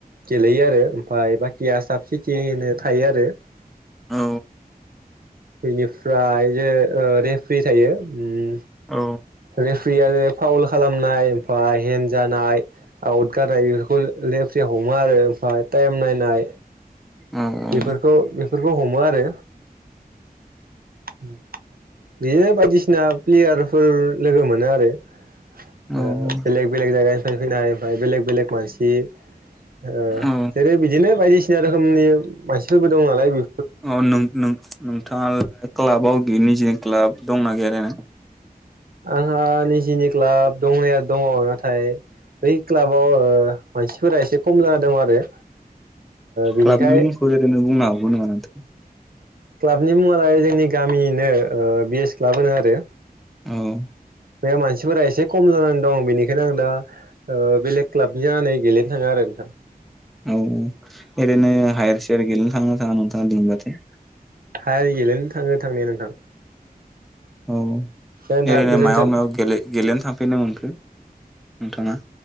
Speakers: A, on the right; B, in the centre.
A: गेलेयो आरो ओमफाय बाखिया साफ सिथिहोनो थायो आरो
B: औ
A: बिनिफ्राय जे ओ रेफ्रि, थायो उम
B: औ
A: रेफ्रिया बे फावउल खालामनाय ओमफाय, हेन जानाय, आउद गादायो बेखौ लेब, फ्रिया हमो आरो ओमफाय, टाइम नायनाय,
B: औ औ
A: बेफोरखौ बे बेफोरखौ हमो आरो <inaudible> बिदिनो बायदिसिना, प्लेयारफोर लोगो मोनो आरो ओ
B: औ
A: बेलेग बेलेग जायगा निफ्राय फैनाय ओमफ्राय बेलेग बेलेग मानसि, ओ
B: औ
A: जेरै बिदिनो बायदिसिना रोखोमनि मानसिफोरबो दं नालाय बे
B: अ नों नों नोंथाङा क्लाबाव निजिनि क्लाब दंना गैया ओरैनो?
A: आंहा निजिनि क्लाब दंनाया दङ, नाथाय बै क्लाबाव मानसिफोरा एसे खम जादों आरो। बिनिखाय
B: क्लाबनि मुंखौ ओरैनो बुंनो हागौ नामा नोंथां?
A: क्लाबनि मुङालाय जोंनि गामिनिनो बि एस क्लाब होनो आरो।
B: औ
A: बे मानसिफोरा एसे खम जानानै दं, बेनिखायनो आं दा बेलेग क्लाबनि जानानै गेलेनो थाङो आरो नोंथां।
B: औ ओरैनो हायेर सायार गेलेनो थाङा थाङा नोंथाङा लेंबाथाय?
A: हायार गेलेयनो थाङो थांनाया नोंथां।
B: औ।
A: दे नोंथां
B: एरैनो
A: गोजोन्थों।
B: मायाव मायाव गेल गेलनो थां फेरनो मोनखो नोंथाङा?